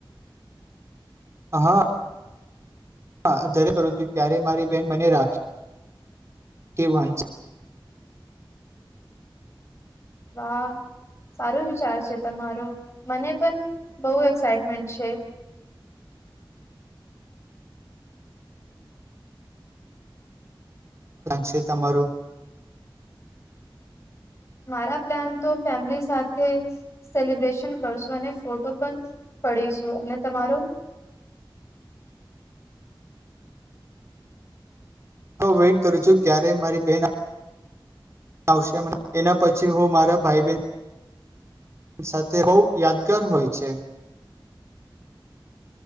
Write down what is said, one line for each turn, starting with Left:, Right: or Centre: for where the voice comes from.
Right: હા હ જરે કરું છું ક્યારે મારી બેહેન મને રાખી કે વાંધ છે
Left: વાહ સારું વિચાર છે તમારો મને પણ બહુ એક્સાઈટમેન્ટ છે
Right: છે તમારું
Left: મારા પ્લાન તો ફેમિલી સાથે સેલિબ્રેશન કરશું અને ફોટો પણ પડીશું અને તમાર
Right: હ હ વેઇટ કરું છું ક્યારેય મારી બહેન આવશે એના પછી હું મારા ભાઈ બહેન સાથે બહ યાદગાર હોય છે